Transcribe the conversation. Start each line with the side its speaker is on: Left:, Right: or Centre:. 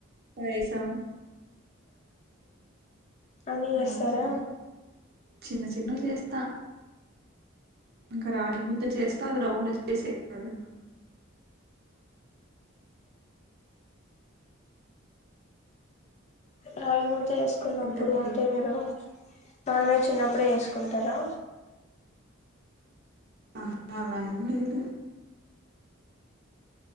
Right: పైసన్
Left: ఆ మళ్ళి
Right: అలా
Left: వస్తారా
Right: చి చిన్న చిన్నవి చేస్తా ఇంకా రాగి ముద్ద చేస్తే అవి రౌండ్ గ చేసేది కాదు
Left: రాగి మసుచా స్ కున్నప్పుడు
Right: అంటారు మరి
Left: అంటే మీరు నాన్ వెజ్ చిన్నప్పుడే వేసుకుంటారా
Right: ఆహా అలా ఎం లేదు